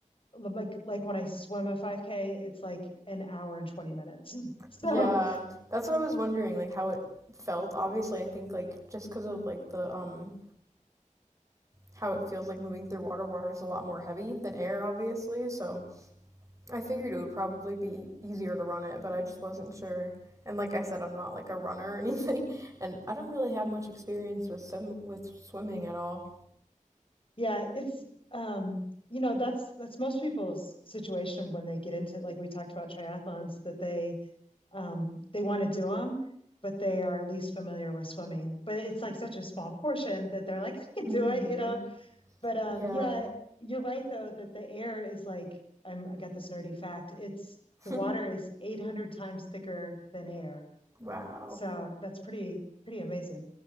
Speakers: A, on the left; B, on the right.
A: like like when I swim a 5K, it's like an hour and 20 minutes. <laughs> So
B: Yeah. That's what I was wondering like how it felt. Obviously, I think like just cuz of like the um how it feels like moving through water, water is a lot more heavy than air obviously, so I figured it would probably be easier to run it, but I just wasn't sure. And like I said, I'm not like a runner or <laughs> anything, and I don't really have much experience with swim with swimming at all.
A: yeah, it's um you know that's that's most people's situation when they get into like we talked about triathlons that they um, they want to do them, but they are least familiar with swimming. But it's like such a small portion that they're like, I can
B: hmm
A: do it, you know. But um,
B: Yeah.
A: yeah, you're right though that the air is like I'm, I got this nerdy fact. It's the
B: <laughs>
A: water is 800 times thicker than air.
B: Wow.
A: So that's pretty pretty amazing.